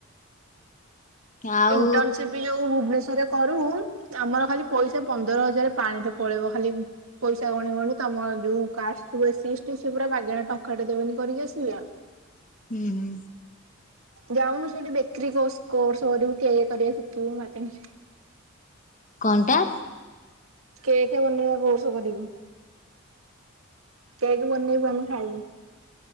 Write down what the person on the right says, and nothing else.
ଇଣ୍ଟର୍ନସିପ୍। ମି ଯୋଉ ଭୁବନେଶ୍ଵରରେ କରୁ ଆମର ଖାଲି ପଇସା ପନ୍ଦର ହଜାର ପାଣିରେ ପଳେଇବ ଖାଲି। ପଇସା ଗଣି ଗଣି ତମର ଯୋଉ କାଷ୍ଟ୍ ଏସିଏଷ୍ଟି ସେ ପୁରା ମାଗେଣା ଟଙ୍କାଟେ ଦେବେନି କରିକି ଆସିବେ।
ଯାଉନୁ ସେଇଠି ବେକ୍ରେରି କୋର୍ସ କରିବୁ କେକ୍ କରିବା ଶିଖିବୁ ମାଗଣାରେ।
କେକ୍ ବନେଇବା କୋର୍ସ କରିବୁ। କେକ୍ ବନେଇବୁ ଆମେ ଖାଇବୁ।